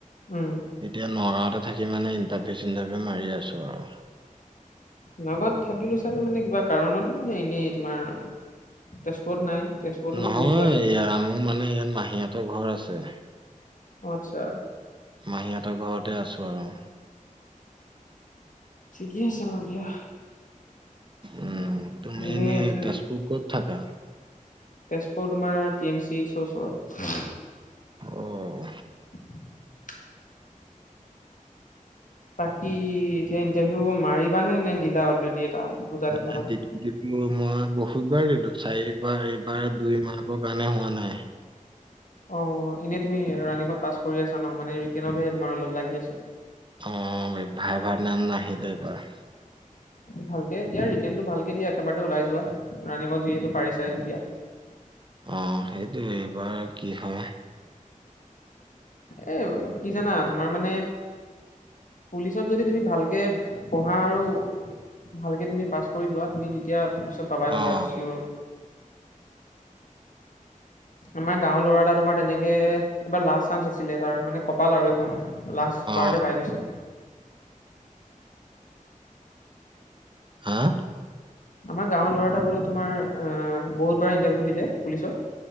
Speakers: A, on the left; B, on the right.
A: উম।
B: এতিয়া নগাঁওতে থাকি মানে ইণ্টাৰভিউ চিণ্টাৰভিউ মাৰি আছো আৰু
A: নগাঁওত থাকিলো ছাগে মানে কিবা কাৰণত ন নে এনেই তোমাৰ তেজপুৰত নাই। তেজপুৰতোতো
B: নহয়
A: বহুত পোৱালি
B: মোৰ মানে ইয়াত মাহীতৰ ঘৰ আছে।
A: আচ্ছা।
B: মাহীহঁতৰ ঘৰতে আছো আৰু
A: ঠিকেই আছে বাৰু দিয়া।
B: উম, তুমি
A: মানে
B: এনেই
A: এটো,
B: তেজপুৰ ক'ত থাকা?
A: তেজপুৰ তোমাৰ টি এম চিএচৰ ওচৰত।
B: উম,
A: <inaudible> বাকী এতিয়া ইণ্টাৰভিউ মাৰিবানে নে দিলা অলৰেডি এটা। দুটা
B: <unintelligible>
A: তিনিটামান
B: যিটো মই বহুতবাৰ দিলো চাৰিবাৰ এইবাৰ দুই মাহৰ কাৰণে হোৱা নাই।
A: অ এনেই তুমি ৰানিঙত পাছ কৰি আছা ন মানে ৰিটনতে তোমাৰ অলপ লাগি আছে।
B: অ ভাই ভাৰ নাম নাহিলে এইবাৰ।
A: ভালকে দিয়া ৰিটেন টো ভালকে দিয়া একেবাৰে ওলাই যোৱা ৰাণিঙত যিহেতু পাৰি চাই যেতিয়া।
B: অ সেইটোয়ে এইবাৰ কি, হয়।
A: এ কি জানা তোমাৰ মানে পুলিচত যদি তুমি। ভালকে পঢ়া আৰু ভালকে তুমি পাছ কৰি যোৱা তুমি যেতিয়া। পুলিচত পাবাই পাবা
B: অ',
A: এইটো চিয়ৰ। আমাৰ গাওৰ ল'ৰা এটা তোমাৰ তেনেকে এবাৰ লাষ্ট চানস আছি লে তাৰ মানে কপাল আৰু এইখন লাষ্ট
B: অ',
A: বাৰডে পাই গৈছে।
B: হা?
A: আমাৰ গাঁৱৰ ল'ৰা এটা বোলে তোমাৰ বহুত বাৰ ইণ্টাৰভিউ দিলে পুলিচত।